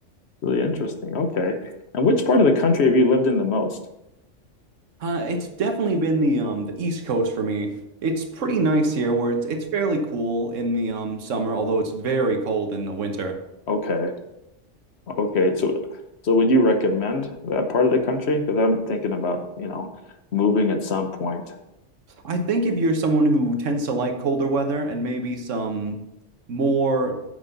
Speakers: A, on the left (about 60°); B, on the right (about 80°).
A: really interesting. Okay. And which part of the country have you lived in the most?
B: Uh, it's definitely been the um the East Coast for me. It's pretty nice here where it's it's fairly cool in the um summer, although it's very cold in the winter.
A: Okay. Okay. So so would you recommend that part of the country? Because I'm thinking about, you know, moving at some point.
B: I think if you're someone who tends to like colder weather and maybe some more